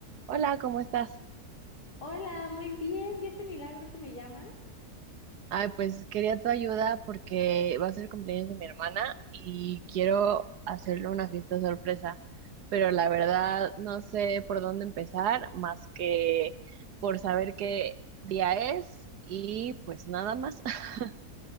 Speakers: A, on the right; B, on the left.
A: Hola, ¿cómo estás?
B: Hola, muy bien. ¿Y ese milagro que me llamas?
A: Ay, pues quería tu ayuda porque va a ser el cumpleaños de mi hermana y quiero hacerle una fiesta sorpresa, pero la verdad no sé por dónde empezar más que por saber qué día es y pues nada más. <laughs>